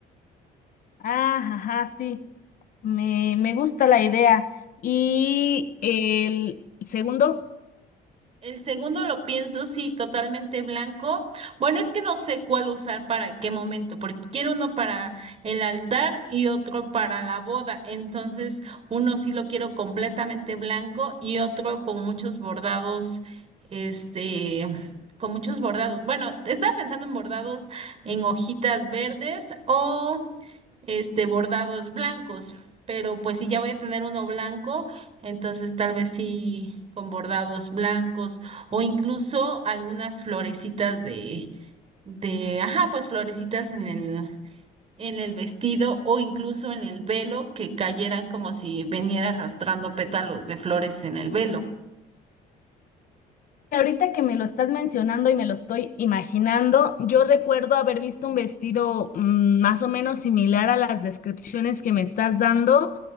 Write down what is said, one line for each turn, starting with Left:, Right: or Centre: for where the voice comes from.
Left: Ah, ajá, sí, me, me gusta la idea. ¿Y el segundo?
Right: El segundo lo pienso, sí, totalmente blanco. Bueno, es que no sé cuál usar para qué momento, porque quiero uno para el altar y otro para la boda. Entonces, uno sí lo quiero completamente blanco y otro con muchos bordados, este, con muchos bordados. Bueno, estaba pensando en bordados en hojitas verdes o este, bordados blancos, pero pues si ya voy a tener uno blanco, entonces tal vez sí con bordados blancos o incluso algunas florecitas de, de, ajá, pues florecitas en el, en el vestido o incluso en el velo que cayeran como si veniera arrastrando pétalos de flores en el velo.
Left: Ahorita que me lo estás mencionando y me lo estoy imaginando, yo recuerdo haber visto un vestido mm, más o menos similar a las descripciones que me estás dando